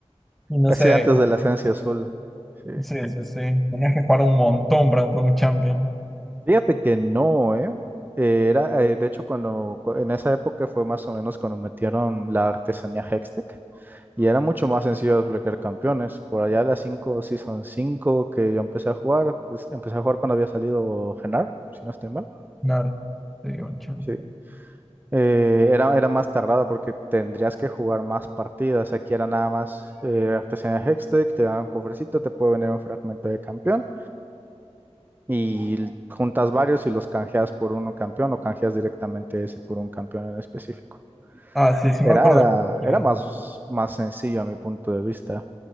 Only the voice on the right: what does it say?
Así
antes de la esencia azul. Sí.
Fíjate que no, ¿eh? Eh, Era, eh, de hecho, cuando cu- en esa época fue más o menos cuando metieron la artesanía Hextech y era mucho más sencillo desbloquear campeones. Por allá las 5, Season 5 que yo empecé a jugar, pues empecé a jugar cuando había salido Genar, si no estoy mal.
Sí. Eh, era, era más tardado porque tendrías que jugar más partidas. Aquí era nada más eh, artesanía Hextech, te dan un cofrecito, te puede venir un fragmento de campeón. y l- juntas varios y los canjeas por uno campeón o canjeas directamente ese por un campeón en específico.
Era,
era,
era más, más sencillo a mi punto de vista.